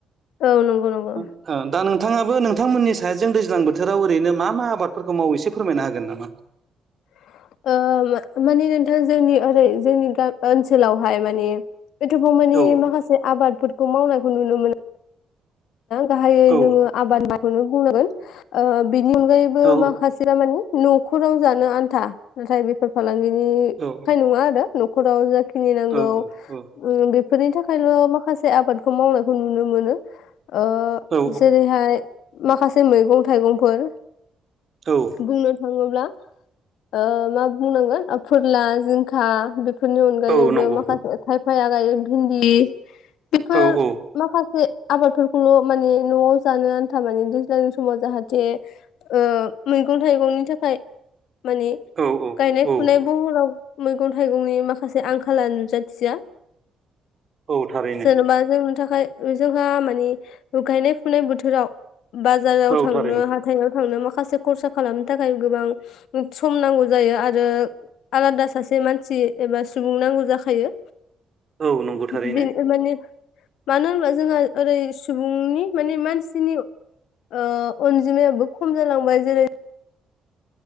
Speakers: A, on the left; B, on the right.
A: औ नंगौ नंगौ
B: ओ दा नोंथाङाबो नोंथांमोननि साजों दैज्लां बोथोराव ओरैनो मा मा आबादफोरखौ मावो इसे फोरमायनो हागोन नामा?
A: <inaudible> ओ मा मानि नोंथां जोंनि ओरै जोंनि गा ओनसोलावहाय माने एथ'बांमानि
B: औ
A: माखासे आबादफोरखौ मावनायखौ नुनो मोनो गाहायै
B: औ
A: जोङो आबाद माइखौनो बुंनांगोन ओ बेनि अनगायैबो
B: औ
A: माखासे दामानि न'खराव जानो आन्था नाथाय बेफोर फालांगिनिखाय
B: औ
A: नङा आरो न'खराव जा खिनिनांगौ
B: औ औ
A: उम बेफोरनि थाखायल' माखासे आबादखौ मावनायखौ नुनो मोनो ओ
B: औ
A: जेरैहाय माखासे मैगं थाइगंफोर
B: औ
A: बुंनो थाङोब्ला ओ मा बुंनांगोन फोरला जिंखा बे फोरनि अनगायैबो
B: औ नंगौ
A: माखासे थायफाया गायो भिन्दि बेफोर
B: औ औ
A: माखासे आबादफोर खौल' माने न'आव जानो आन्था माने दैज्लांनि समाव जाहाथे ओ मैगं थाइगं नि थाखाय माने
B: औ औ
A: गायनाय
B: औ
A: फुनाय बहराव मैगं थाइगंनि माखासे आंखाला नुजाथिया
B: औ थारैनो
A: जेन'बा जोंनो थाखाय जोंहा मानि उ गायनाय फुनाय बोथोराव बाजाराव
B: औ
A: थांनो
B: थारैनो
A: हाथायाव थांनो माखासे खरसा खालामनो थाखाय गोबां सम नांगौ जायो आरो आलादा सासे मानसि एबा सुबुं नांगौ जाखायो
B: औ नंगौ
A: <inaudible>
B: थारैनो
A: बे माने मानो होनबा जोंङा ओरै सुबुंनि माने मानसिनि ओ अनजिमायाबो खम जालांबाय जेरै